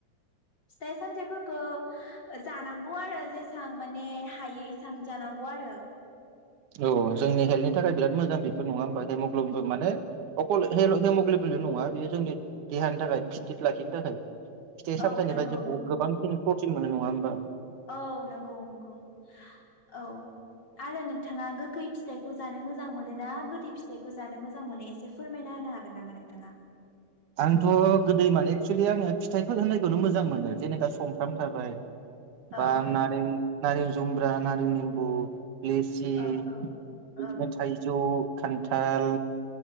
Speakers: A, on the left (about 35°); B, on the right (about 80°).
A: फिथाइ सामथाइफोरखौ जानांगौ आरो जेसां माने हायो एसां जानांगौ आरो।
B: औ जोंनि हेल्थनि थाखाय बिराद मोजां बेफोर नङा होमबा हेमग्लबि माने अकल हेमग्लबिल' नङा बेयो जोंनि देहानि थाखाय फिट फेट लाखिनो थाखाय। फिथाइ
A: औ
B: सामथायनिफ्राय
A: नंगौ नंगौ
B: गोबां प्र थिन मोनो नङा होमबा?
A: औ नंगौ नंगौ औ। आरो नोंथाङा गोखै फिथाइखौ जानो मोजां मोनो ना गोदै फिथाइखौ जानो मोजां मोनो एसे फोरमायना होनो हागोन नामा नोंथाङा?
B: आंथ' गोदै मान एक्सुलि आङो फिथाइफोर होननायखौनो मोजां मोनो जेनेबा संफ्राम थाबाय।
A: औ
B: बा नारें नारें जुमरा नारें निमबु लेसि
A: ओ ओ
B: बिदिनो
A: ओं
B: थाइजौ खान्थाल,